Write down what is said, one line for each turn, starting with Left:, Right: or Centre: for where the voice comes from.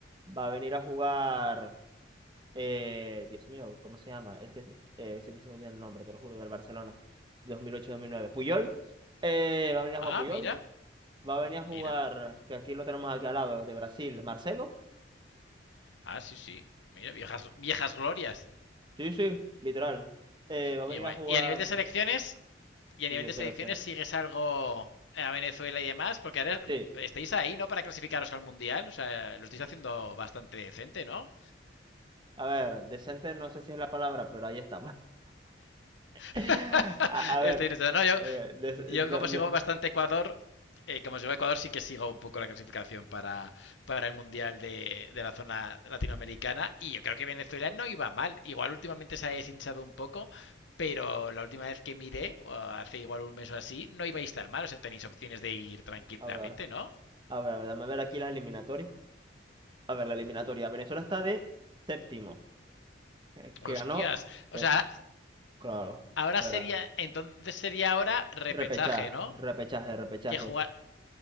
Right: Va a venir a jugar, eh, Dios mío, ¿cómo se llama? Es que eh, siempre se me olvida el nombre, te lo juro, del Barcelona, dos dos mil ocho mil nueve Puyol, eh, va a venir a
Left: Ah,
Right: jugar Puyol,
Left: mira,
Right: va a venir a jugar,
Left: mira.
Right: que aquí lo tenemos aquí al lado, de Brasil, Marcelo.
Left: Ah, sí, sí. Mira, viejas, viejas glorias.
Right: Sí, sí, literal. Eh, va a
Left: Y,
Right: venir
Left: bueno,
Right: a jugar...
Left: y a nivel de selecciones, y
Right: Sí,
Left: a nivel
Right: de
Left: de
Right: selección.
Left: selecciones sigues algo a Venezuela y demás, porque ahora
Right: Sí,
Left: estáis ahí, ¿no? Para clasificaros al Mundial, o sea, lo estáis haciendo bastante decente, ¿no?
Right: a ver, decente no sé si es la palabra, pero ahí estamos.
Left: <laughs>
Right: A, a ver,
Left: estáis, no, yo,
Right: eh, des- eh,
Left: Yo
Right: no-
Left: como
Right: no-
Left: sigo bastante Ecuador, eh, como sigo Ecuador sí que sigo un poco la clasificación para, para el Mundial de, de la zona latinoamericana y yo creo que Venezuela no iba mal. Igual últimamente se ha deshinchado un poco, pero la última vez que miré, o hace igual un mes o así, no ibais tan mal. O sea, tenéis opciones de ir tranquilamente,
Right: a ver,
Left: ¿no?
Right: a ver, a ver, dame ver aquí las eliminatorias. A ver, la eliminatoria. Venezuela está de séptimo, eh, que
Left: Hostias.
Right: ganó,
Left: O
Right: eh,
Left: sea,
Right: claro,
Left: ahora
Right: ¿verdad?
Left: sería, entonces sería ahora repechaje,
Right: Repechaje,
Left: ¿no?
Right: repechaje, repechaje.
Left: Que juega,